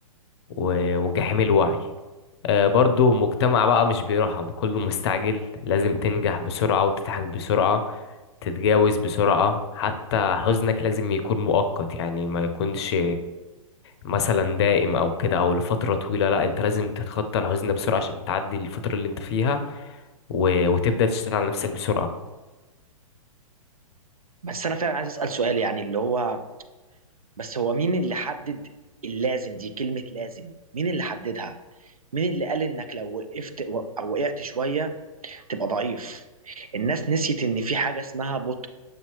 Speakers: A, on the left; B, on the right.
A: و- وجحيم الوعي آه برضه مجتمع بقى مش بيرحم كله مستعجل لازم تنجح بسرعه وتضحك بسرعه تتجاوز بسرعة حتى حزنك لازم يكون مؤقت يعني ما يكونش مثلا دائم او كده او لفترة طويلة لا انت لازم تتخطى الحزن ده بسرعة عشان تعدي الفترة اللي انت فيها و... وتبدأ تشتغل على نفسك بسرعة
B: بس انا فعلا عايز اسال سؤال يعني اللي هو بس هو مين اللي حدد اللازم دي كلمه لازم مين اللي حددها مين اللي قال انك لو وقفت او وقعت شويه تبقى ضعيف الناس نسيت ان في حاجه اسمها بطء